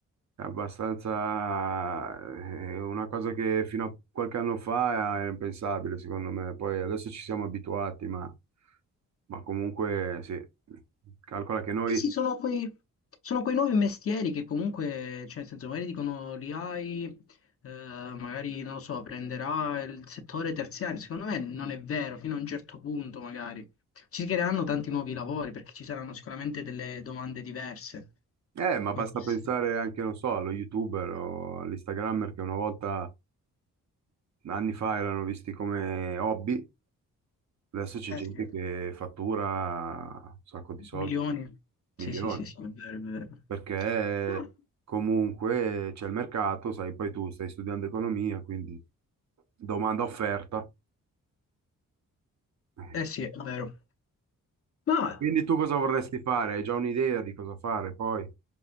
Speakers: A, on the right; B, on the left.
A: è abbastanza, è una cosa che fino a qualche anno fa era impensabile, secondo me, poi adesso ci siamo abituati, ma, ma comunque sì, calcola che noi,
B: Eh sì, sono quei, sono quei nuovi mestieri che comunque, cioè, nel senso, magari dicono li hai, eh, magari, non lo so, prenderà il settore terziario. Secondo me non è vero, fino a un certo punto magari. Ci si creeranno tanti nuovi lavori perché ci saranno sicuramente delle domande diverse.
A: eh, ma
B: Come
A: basta
B: queste.
A: pensare anche, non so, allo YouTuber o all'Instagrammer che una volta, anni fa, erano visti come hobby, adesso c'è
B: Eh
A: gente
B: sì.
A: che fattura un sacco di soldi,
B: Milioni.
A: milioni.
B: Sì, sì, sì, sì, è vero, è vero.
A: perché
B: Beh,
A: comunque c'è il mercato, sai, poi tu stai studiando economia, quindi domanda offerta. <laughs>
B: Eh sì, è vero. Ma...
A: Quindi tu cosa vorresti fare? Hai già un'idea di cosa fare poi?